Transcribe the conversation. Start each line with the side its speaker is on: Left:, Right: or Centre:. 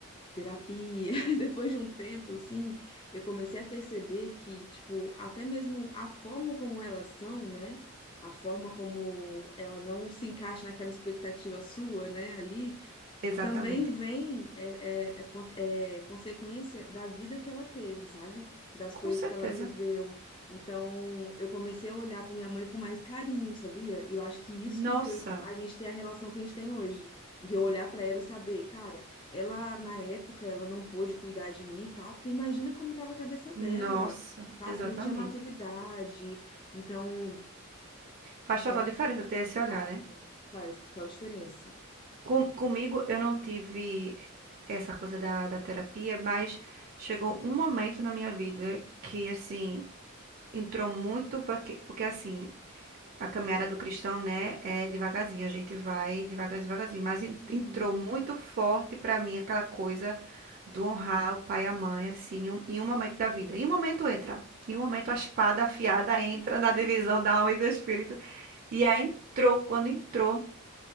Left: terapia, <laughs> depois de um tempo assim, eu comecei a perceber que, tipo, até mesmo a forma como elas são, né? A forma como ela não se encaixa naquela expectativa sua, né, ali,
Right: exatamente.
Left: também vem é, é, é con- é consequência da vida que ela teve, sabe? Das
Right: Com
Left: coisas
Right: certeza.
Left: que ela viveu. Então, eu comecei a olhar para minha mãe com mais carinho, sabia? E eu acho que isso
Right: Nossa,
Left: que fez a gente ter a relação que a gente tem hoje. De eu olhar para ela e saber, cara, ela na época ela não pôde cuidar de mim e tal, porque imagina como tava a cabeça dela,
Right: nossa,
Left: sabe?
Right: exatamente.
Left: Não tinha maturidade. Então,
Right: Faz total
Left: é,
Right: diferença ter esse olhar,
Left: faz,
Right: né?
Left: né? Faz total diferença.
Right: Com- comigo, eu não tive essa coisa da, da terapia, mas chegou um momento na minha vida que, assim, entrou muito, porque, porque assim, a caminhada do cristão, né, é devagarzinho, a gente vai devagar, devagarzinho, mas en-
Left: Uhum.
Right: entrou muito forte pra mim aquela coisa do honrar o pai e a mãe, assim, em um, em um momento da vida. Em um momento entra, em um momento a espada afiada entra na divisão da alma e do espírito. E aí entrou, quando entrou